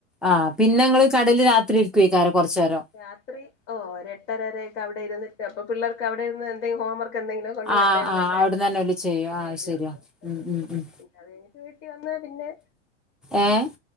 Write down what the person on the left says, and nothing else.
രാത്രി ഓഹ് ഒരുഎട്ടരവരേക്കെ അവ്ടെ ഇര്ന്നിട്ട് അപ്പൊ പിള്ളേർക്ക് അവ്ടെ ഇര്ന്ന് എന്തേം ഹോംവർക്ക്എന്തെങ്ങിലും കുണ്ടെങ്കി
അവിടെര്ന്ന്
എല്ലാം
ചെയ്ത്
തീർക്കും
പിന്നെ അത് കഴിഞ്ഞിട്ട് വീട്ടിവന്ന്. പിന്നെ